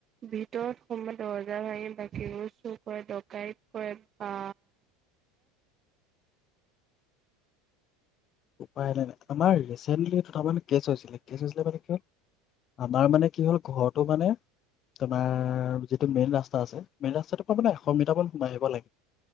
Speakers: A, on the right; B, on the left.
A: ভিতৰত সোমাই দৰ্জা ভাঙি বাকীবোৰ চুৰ কৰে ডকাইত কৰে বা
B: উপায় নাই আমাৰ তাৰমানে কেছ হৈছিলে কেছ হৈছিলে মানে কি হল আমাৰ মানে কি হ'ল ঘৰটো মানে তোমাৰ যিটো মেইন ৰাস্তা আছে মেইন ৰাস্তাটোৰ পৰা মানে এশ মিটাৰ মান সোমাই আহিব লাগে